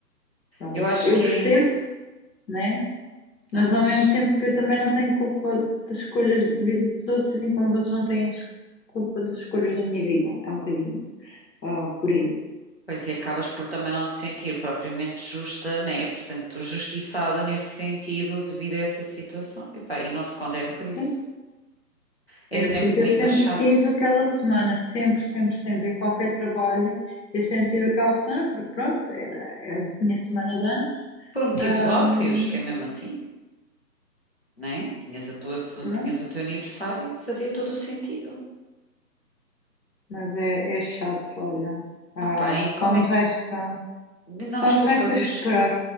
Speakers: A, on the left; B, on the left.
A: pronto.
B: Eu acho
A: Eu
B: que
A: percebo,
B: é isso.
A: né? Mas
B: Não, mas.
A: ao mesmo tempo eu também não tenho culpa das escolhas de vida dos outros, assim como os outros não têm as- culpa das escolhas da minha vida. É um bocadinho, ah, por aí.
B: Pois, e acabas por também não te sentir propriamente justa, né? Portanto, justiçada nesse sentido devido a essa situação. E pá, e não te condeno por
A: Sim.
B: isso. É
A: É
B: sempre
A: porque
B: muito
A: eu sempre
B: chato.
A: tive aquela semana, sempre, sempre, sempre, em qualquer trabalho, eu sempre tive aquela semana, porque pronto, era, era a minha semana de anos,
B: Por motivos
A: Ahm,
B: óbvios, que é mesmo assim. né? Tinhas a tua,
A: pronto,
B: tinhas o teu aniversário, fazia todo o sentido.
A: mas é, é chato, olha. Ah,
B: Opá, e como
A: só me
B: é que.
A: resta,
B: Não,
A: só
B: desculpa,
A: me resta
B: diz.
A: esperar.